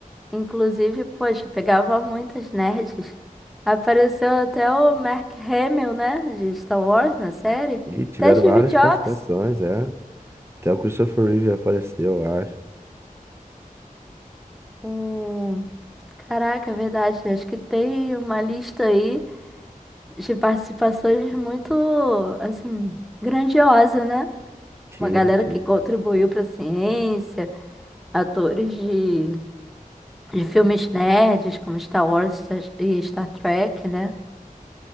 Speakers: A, in the centre; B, on the right (about 15°).
A: Inclusive, poxa, pegava muitas nerds. Apareceu até o Mark Hamill, né, de Star Wars na série.
B: E tiveram
A: Até Steve
B: várias
A: Jobs.
B: participações, é. Até o Christopher Reeve apareceu, eu acho.
A: O... Caraca, é verdade. Acho que tem uma lista aí de participações muito, assim, grandiosa, né?
B: Tinha,
A: Uma galera
B: tinha.
A: que contribuiu para a ciência, atores de de filmes nerds, como Star Wars Star- e Star Trek, né?